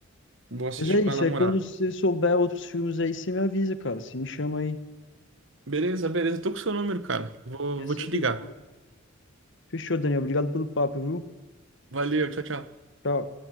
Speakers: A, on the right; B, on the left.
A: Vou assistir
B: Mas é
A: com
B: isso,
A: a namorada.
B: aí quando você souber outros filmes aí, você me avisa, cara. Você me chama aí.
A: Beleza, beleza. Tô com o seu número, cara. Vou,
B: Que é
A: vou
B: sempre
A: te ligar.
B: bom. Fechou, Dani. Obrigado pelo papo, viu?
A: Valeu, tchau, tchau.
B: Tchau.